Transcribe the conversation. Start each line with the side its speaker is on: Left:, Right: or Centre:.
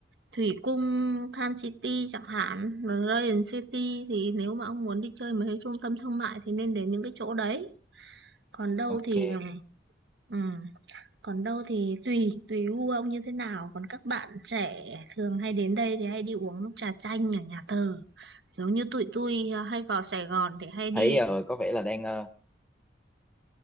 Right: Thủy Cung Tham City chẳng hạn rồi Radiant City thì nếu mà ông muốn đi chơi mấy cái trung tâm thương mại thì nên đến những cái chỗ đấy còn đâu
Centre: ok
Right: thì ừ, ừ. Còn đâu thì tùy, tùy gu ông như thế nào. Còn các bạn trẻ thường hay đến đây thì hay đi uống trà chanh ở nhà thờ. Giống như tụi tôi à, hay vào Sài Gòn thì hay đi.
Centre: thấy ờ, có vẻ là đang ờ,